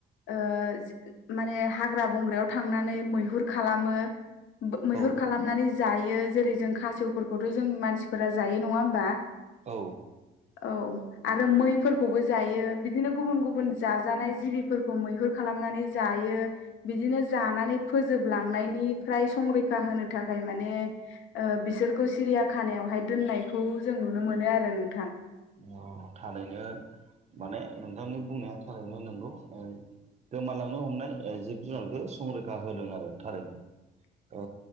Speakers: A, on the left; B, on the right.
A: ओ जि माने हाग्रा बंग्रायाव थांनानै मैहुर खालामो बो मैहुर
B: औ
A: खालामनानै जायो जेरै जों खासेवफोरखौथ' जों मानसिफोरा जायो नङा होमबा
B: औ।
A: औ आरो मैफोरखौबो जायो बिदिनो गुबुन-गुबुन जाजानाय जिबिफोरखौ मैहुर खालामनानै जायो बिदिनो जानानै फोजोब लांनायनिफ्राय स संरैखा होनो थाखाय माने ओ बिसोरखौ सिरिया खानायावहाय दोननायखौ जों नुनो मोन नो आरो नोंथां।
B: अ थारैनो माने नोंथांनि बुंनाया थारैनो नोंगौ। ओ गोमालांनो हमनाय ओ जिब जुनारखो संरैखा होदों आरो थारैनो। औ